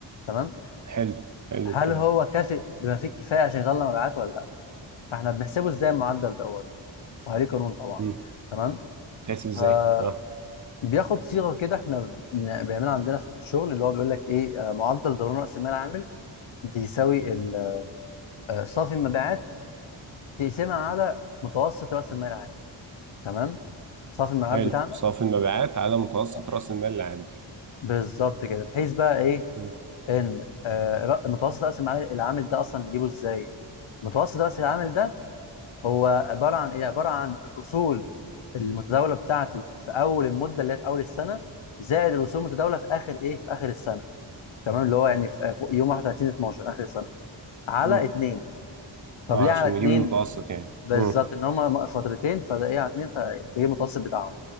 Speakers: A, on the left (about 80°); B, on the right (about 40°).
A: تمام
B: حلو حلو
A: فهل
B: الكلام
A: هو كافئ بما فيه الكفايه عشان يطلع مبيعات ولا لا فاحنا بنحسبه ازاي المعدل دوت وعليه قانون طبعا
B: امم
A: تمام
B: تحسب ازاي
A: فبياخد
B: اه
A: صيغه كده احنا بن- بيعملها عندنا في الشغل اللي هو بيقول لك ايه آه، معدل ضرر راس المال العامل بيساوي ال- آه، صافي المبيعات تقسمها على متوسط راس المال العامل تمام صافي المبيعات
B: حلو
A: بتاعنا
B: صافي المبيعات على متوسط
A: آه،
B: رأس المال العامل
A: بالظبط كده بحيث بقى ايه
B: مم.
A: ان آه، ر- متوسط راس المال العامل ده اصلا نجيبه ازاي؟ متوسط راس العامل ده هو عباره عن ايه عباره عن الاصول المتداوله بتاعتي في اول المده اللي هي في اول السنه زائد الاصول المتداوله في اخر ايه في اخر السنه تمام اللي هو يعني في في يوم 31 12 اخر السنه على
B: مم.
A: اتنين طب
B: اه
A: ليه على
B: عشان
A: اتنين
B: نجيب المتوسط يعني
A: بالظبط
B: امم
A: ان هما فترتين فده ايه على اتنين فبيجي المتوسط بتاعهم